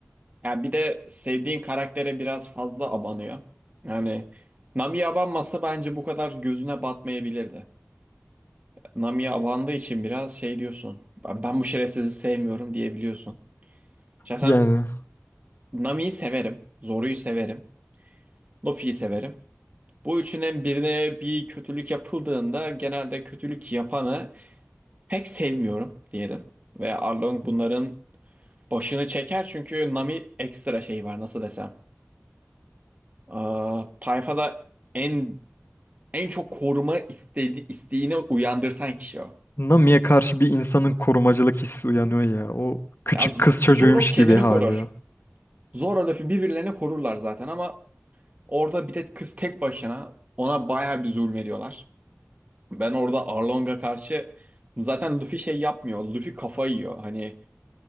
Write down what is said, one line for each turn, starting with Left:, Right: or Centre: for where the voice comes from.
Right: Ya bir de sevdiğin karaktere biraz fazla abanıyor. Yani Nami'ye abanmasa bence bu kadar gözüne batmayabilirdi. Nami'ye abandığı için biraz şey diyorsun. Ben ben bu şerefsizi sevmiyorum diyebiliyorsun. Şahsen
Left: Yani
Right: Nami'yi severim. Zoru'yu severim. Luffy'yi severim. Bu üçünün birine bir kötülük yapıldığında genelde kötülük yapanı pek sevmiyorum diyelim. Ve Arlong bunların başını çeker çünkü Nami ekstra şey var nasıl desem. Ee, tayfada en en çok koruma istedi, isteğini uyandırtan kişi o.
Left: Nami'ye karşı bir insanın korumacılık hissi uyanıyor ya. O küçük
Right: Ya Z-
Left: kız çocuğuymuş
Right: Zoro kendini
Left: gibi hali
Right: korur.
Left: o.
Right: Zoro Luffy birbirlerini korurlar zaten ama orada bir de kız tek başına ona bayağı bir zulmediyorlar. Ben orada Arlong'a karşı zaten Luffy şey yapmıyor. Luffy kafa yiyor. Hani